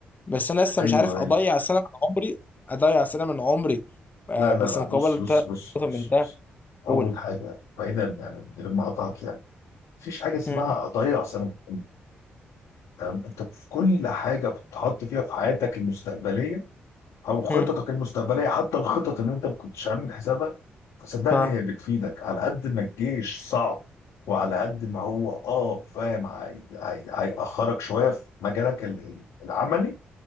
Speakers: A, on the left (about 35°); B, on the left (about 70°).
A: بس انا لسه
B: ايوه
A: مش عارف
B: ايوه
A: اضيع سنه من عمري اضيع سنه من عمري آه
B: لا لا
A: بس
B: لا
A: مقابل
B: بص بص
A: تلات
B: بص
A: نقط
B: بص,
A: من ده
B: بص. اول
A: قول
B: حاجه بعيدا يعني من غير ما اقطعك يعني مفيش حاجه اسمها
A: مم.
B: اضيع سنه من عمري، تمام انت في كل حاجه بتحط فيها في حياتك المستقبليه او خططك
A: مم.
B: المستقبليه حتى الخطط اللي انت ما كنتش عامل حسابها فصدقني
A: ها
B: هي بتفيدك على قد ما الجيش صعب وعلى قد ما هو اه فاهم هي- هي- هيأخرك شويه في مجالك ال- ال- العملي